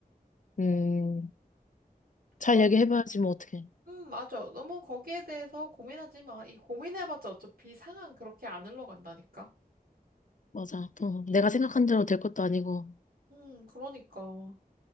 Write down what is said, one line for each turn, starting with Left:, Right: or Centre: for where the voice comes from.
Left: 음, 잘
Right: 너무,
Left: 얘기해봐야지 뭐 어떡해.
Right: 음, 맞아. 너무 거기에 대해서 고민하지 마. 이 고민해봤자 어차피 상황 그렇게 안 흘러간다니까.
Left: 맞아. 또 내가 생각한 대로 될 것도 아니고.
Right: 음, 그러니까.